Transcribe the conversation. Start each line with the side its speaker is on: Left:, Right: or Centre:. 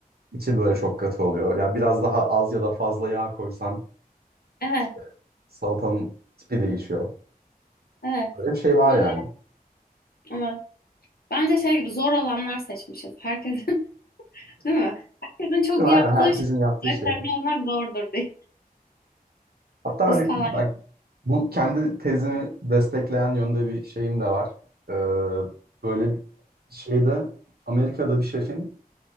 Right: içi böyle çok katı oluyor. Ya biraz daha az ya da fazla yağ koysan
Left: Evet,
Right: işte salatanın tipi değişiyor.
Left: evet.
Right: Böyle bir şey var
Left: Böyle
Right: yani.
Left: evet. Bence şey gibi zor olanlar seçmişiz. Herkes <laughs> Değil mi? Herkesin çok
Right: Değil
Left: yaptığı
Right: mi? Aynen herkesin
Left: şey.
Right: yaptığı
Left: Referme
Right: şeyler.
Left: olmak zordur diye. <laughs>
Right: Hatta
Left: Ustalar.
Right: bir, Bu kendi tezimi destekleyen yönde bir şeyim de var. Ee, böyle bir şeyde Amerika'da bir şefin